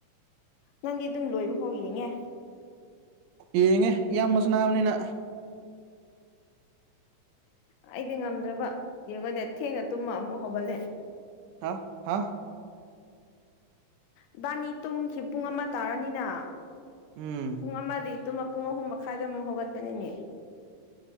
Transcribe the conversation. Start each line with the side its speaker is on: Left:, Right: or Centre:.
Left: ꯅꯪꯗꯤ ꯑꯗꯨꯝ ꯂꯣꯏꯕ ꯐꯥꯎ ꯌꯦꯡꯉꯦ
Right: ꯌꯦꯡꯉꯦ ꯏꯌꯥꯝꯕꯁꯨ ꯅꯥꯕꯅꯤꯅ
Left: ꯑꯩꯗꯤ ꯉꯝꯗ꯭ꯔꯕ ꯌꯦꯡꯉꯣꯅꯦ ꯊꯦꯅ ꯇꯨꯝꯃ ꯃꯨꯍꯧꯒꯂꯦ
Right: ꯍꯥ ꯍꯥ
Left: ꯏꯕꯥꯅꯤ ꯇꯨꯝꯈꯤ ꯄꯨꯡ ꯑꯃ ꯇꯥꯔꯅꯤꯅ
Right: ꯎꯝ
Left: ꯄꯨꯡ ꯑꯃꯗꯤ ꯄꯨꯡ ꯑꯍꯨꯝ ꯃꯈꯥꯏꯗ ꯑꯃꯨꯛ ꯍꯧꯒꯠꯄꯅꯤꯅꯦ